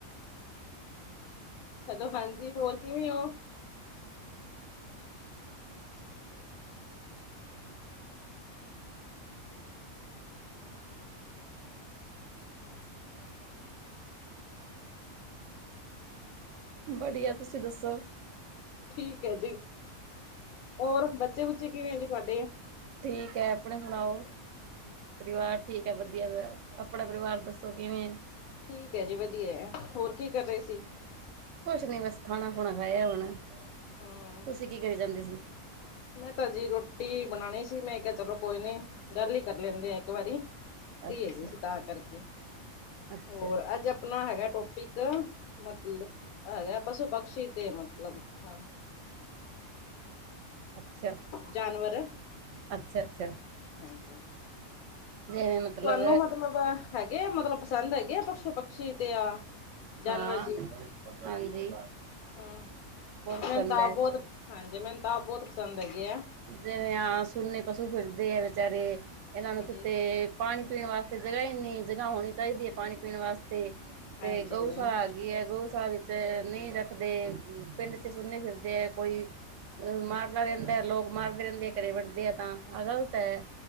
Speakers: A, on the left (about 85°); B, on the right (about 65°).
A: ਚਲੋ ਹਾਂਜੀ ਹੋਰ ਕਿਵੇਂ ਹੋ
B: ਬੜੀਆ ਤੁਸੀਂ ਦੱਸੋ
A: ਠੀਕ ਹੈ ਜੀ ਹੋਰ ਬੱਚੇ ਬੁੱਚੇ ਕਿਵੇਂ ਹੈ ਜੀ ਤੁਹਾੱਡੇ
B: ਠੀਕ ਹੈ ਆਪਣੇ ਸੁਣਾਓ ਪਰਿਵਾਰ ਠੀਕ ਹੈ ਵਧੀਆ ਦਾ ਆਪਣਾ ਪਰਿਵਾਰ ਦੱਸੋ ਕਿਵੇਂ ਏ
A: ਠੀਕ ਹੈ ਜੀ ਵਧੀਆ ਹੈ ਹੋਰ ਕੀ ਕਰ ਰਹੇ ਸੀ
B: ਕੁੱਛ ਨੀ ਬੱਸ ਖਾਣਾ ਖੂਣਾ ਖਾਇਆ ਹੁਣ
A: ਹਮ
B: ਤੁਸੀਂ ਕੀ ਕਰੀ ਜਾਂਦੇ ਸੀ
A: ਮੈਂ ਹਜੇ ਰੋਟੀ ਬਣਾਉਣੀ ਸੀ ਮੈਂ ਕਿਹਾ ਚਲੋ ਕੋਈ ਨੀ ਗੱਲ ਹੀ ਕਰ ਲੈਂਦੇ ਆ ਇੱਕ ਵਾਰੀ ਫਰੀ
B: ਅੱਛਾ
A: ਹੈਗੇ ਸੀ ਤਾਂ ਕਰਕੇ,
B: ਅੱਛਾ
A: ਹੋਰ ਅੱਜ ਆਪਣਾ ਹੈਗਾ ਟੋਪਿਕ ਮੱਤਲਬ ਹੈਗਾ ਪਸ਼ੂ ਪਕਸ਼ੀ ਤੇ ਮੱਤਲਬ ਹਾਂ
B: ਅੱਛਾ
A: ਜਾਂਨਵਰ
B: ਅੱਛਾ ਅੱਛਾ
A: ਹਾਂਜੀ
B: ਜਿਵੇਂ ਮਤਲਬ
A: ਤੁਹਾਨੂੰ ਮੱਤਲਬ ਹੈਗੇ ਹੈ ਮਤਲੱਬ ਪਸੰਦ ਹੈਗੇ ਆ ਪਸ਼ੂ ਪਕਸ਼ੀ ਤੇ ਆ ਜਾਨਵਰ
B: ਹਾਂ
A: ਜੀ
B: ਹਾਂਜੀ
A: ਹਮ
B: ਬਹੁਤ ਪਸੰਦ
A: ਮੈਨੂੰ ਤਾਂ
B: ਹੈ
A: ਆਪ ਬਹੁਤ ਹਾਂਜੀ ਮੈਨੂੰ ਤਾਂ ਆਪ ਬਹੁੱਤ ਪਸੰਦ ਹੈਗੇ ਆ
B: ਜਿਵੇਂ ਆ ਸੁਨੇ ਪਸ਼ੂ ਫਿਰਦੇ ਆ ਵਚਾਰੇ ਇਹਨਾਂ
A: ਹਾਂਜੀ
B: ਨੂੰ ਕਿੱਤੇ ਪਾਣੀ ਪੀਣ ਵਾਸਤੇ ਜਗ੍ਹਾ ਇਨੀ ਜਗ੍ਹਾ ਹੋਣੀ ਚਾਹੀਦੀ ਹੈ ਪਾਣੀ ਪੀਣ ਵਾਸਤੇ ਤੇ
A: ਹਾਂਜੀ
B: ਗਊਸ਼ਾਲਾ
A: ਹਮ
B: ਹੇਗੀ ਹੈ ਗਊਸ਼ਾਲਾ ਵਿੱਚ ਨਹੀਂ ਰੱਖਦੇ ਪਿੰਡ ਚ ਸੁਨੇ ਫਿਰਦੇ ਹੈ ਕੋਈ ਮਾਰਦਾ ਰਹਿੰਦਾ ਹੈ ਲੋਕ ਮਾਰਦੇ ਰਹਿੰਦੇ ਆ ਘਰੇ ਵੱਅੜਦੇ ਆ ਤਾਂ ਆਹ ਗ਼ਲਤ ਹੈ